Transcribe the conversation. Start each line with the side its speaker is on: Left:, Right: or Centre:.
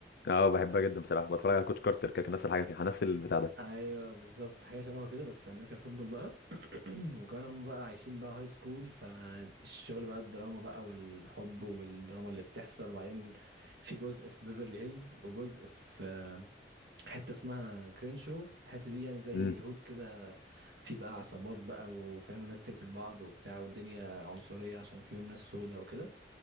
Left: اه بحبها جدا بصراحه بتفرج على كوتش كارتر كده نفس الحاجه كده نفس البتاع ده
Right: ايوه بالظبط حاجه شبهه كده بس امريكان فوتبول بقى <clears throat> وكمان هم بقى عايشين بقى هاي سكول فالشغل بقى الدراما بقى والحب والدراما اللي بتحصل وبعدين في جزء في بيفرلي هيلز وجزء في حتة اسمها كرينشو الحتة دي يعني زي
Left: امم
Right: هود كده في بقى عصابات بقى وفاهم ناس تقتل بعض وبتاع والدنيا عنصرية عشان فيهم ناس سودة وكده